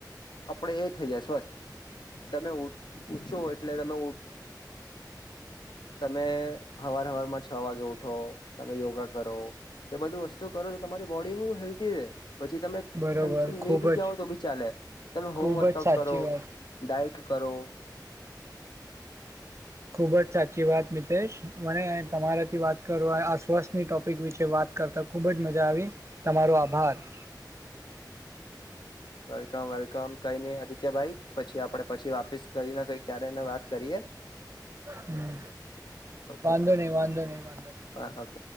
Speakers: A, on the left; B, on the right.
A: આપણે એ થઈ જાયસ તમે ઉછો એટલે તમે ઉ તમે અવાર હવારમાં છ વાગે ઉઠો તમે યોગા કરો એ બધું વસ્તુ કરો તો તમારી બોડી હું હેલ્ધી રહેે. પછી તમે
B: બરોબર
A: એમ જીમ નહી
B: ખૂબ
A: બી
B: જ
A: જાઓ તો બી ચાલે તમે હોમવર્કઆઉટ
B: ખૂબ જ સાચી
A: કરો
B: વાત
A: ડાયટ કરો.
B: ખૂબ જ સાચી વાત મિતેશ મને તમારાથી વાત કરવા આ સ્વસ્થની ટોપિક વિશે વાત કરતા ખૂબ જ મજા આવી તમારો આભાર.
A: વેલકમ વેલકમ કઈ નઈ આદિત્યભાઈ પછી આપડે પછી વાપીસ કરીને કઈ ક્યારેને વાત કરીએ.
B: હમ
A: ઓકે
B: વાંધો નહી વાંધો નહી વાંધો નહી.
A: હા ઓકે